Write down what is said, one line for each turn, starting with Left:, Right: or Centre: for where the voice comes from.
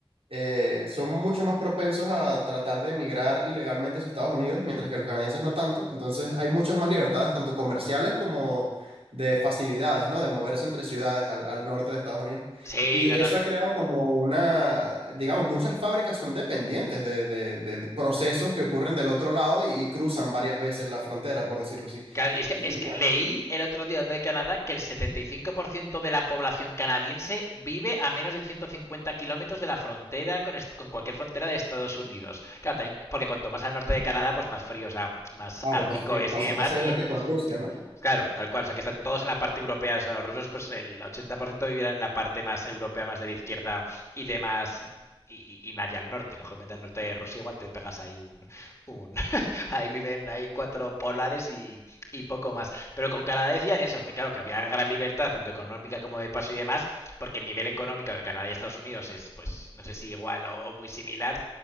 Right: eh, son mucho más propensos a tratar de emigrar ilegalmente hacia Estados Unidos, mientras que los canadienses no tanto. Entonces hay muchas más libertades, tanto comerciales como de facilidades, ¿no? De moverse entre ciudades al al norte de Estados Unidos.
Left: Sí,
Right: Y
Left: no,
Right: eso
Left: no.
Right: ha creado como una, digamos, muchas fábricas son dependientes de, de- de- de procesos que ocurren del otro lado y, y cruzan varias veces la frontera, por decirlo así.
Left: Claro, y es que,
Right: Y
Left: es que
Right: bueno,
Left: leí el otro día donde de Canadá que el 75% de la población canadiense vive a menos de 150 kilómetros de la frontera con, est- con cualquier frontera de Estados Unidos. Claro, también porque cuanto más al norte de Canadá, pues más frío, o sea, más
Right: claro,
Left: ártico
Right: más frío.
Left: es
Right: Pasa,
Left: y demás,
Right: pasa
Left: y
Right: igual que con Rusia, ¿no?
Left: Claro, tal cual. O sea, que están todos en la parte europea. O sea, los rusos, pues el 80% vivirán en la parte más europea, más de la izquierda y demás. Y, y nadie al norte. Lógicamente, al norte de Rusia igual te pegas ahí un. un <laughs> ahí viven, hay cuatro polares y, y poco más. Pero con Canadá decían eso, que claro, que había gran libertad, tanto económica como de paso y demás, porque el nivel económico de Canadá y Estados Unidos es, pues, no sé si igual o, o muy similar,